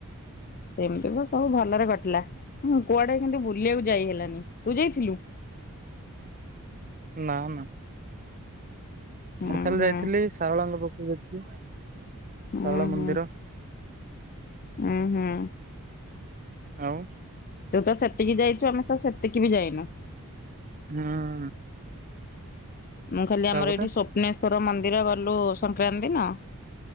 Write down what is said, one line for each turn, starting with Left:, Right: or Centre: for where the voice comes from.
Left: ସେମିତି ଭ ସବୁ ଭଲରେ କଟିଲା, କୁଆଡେ କିନ୍ତୁ ବୁଲିବାକୁ ଯାଇ ହେଲାନି। ତୁ ଯାଇଥିଲୁ?
Right: ନା ନା।
Left: ହୁଁ
Right: ମୁଁ ଖାଲି
Left: ହୁଁ
Right: ଯାଇଥିଲି ଶାରଳାଙ୍କ ପାଖକୁ ଯାଇଥିଲି। ଶରଳା
Left: ହୁଁ
Right: ମନ୍ଦିର।
Left: ହୁଁ ହୁଁ ହୁଁ
Right: ଆଉ
Left: ତୁ ତ ସେତିକି ଯାଇଛୁ ଆମେ ତ ସେତିକି ବି ଯାଇନୁ।
Right: ହୁଁ।
Left: ମୁଁ ଖାଲି ଆମର
Right: ତାପରେ
Left: ଏଇଠି ସ୍ୱପ୍ନେଶ୍ଵର ମନ୍ଦିର ଗଲୁ ସଂକ୍ରାନ୍ତି ଦିନ।